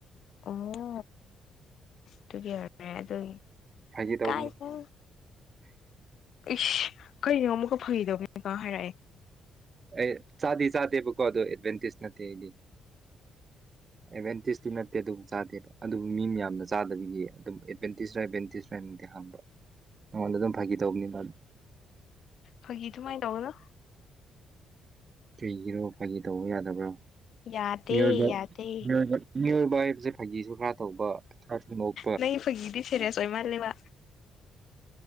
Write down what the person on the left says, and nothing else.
ꯑꯣ ꯑꯗꯨꯒꯤ ꯑꯦ ꯑꯗꯨꯒꯤ
ꯀꯥꯢꯗꯦ ꯏꯁ ꯀꯔꯤꯅꯣ ꯑꯃꯨꯛꯀ ꯐꯥꯒꯤ ꯇꯧꯕꯅꯤ ꯍꯥꯏꯔꯛꯑꯦ
ꯐꯥꯒꯤ ꯑꯗꯨꯨꯃꯥꯏꯅ ꯇꯧꯒꯅꯣ
ꯌꯥꯗꯦ
ꯌꯥꯗꯦ
ꯅꯪꯒꯤ ꯐꯥꯒꯤꯗꯤ ꯁꯦꯔꯤꯁ ꯑꯣꯏ ꯃꯥꯜꯂꯦꯕ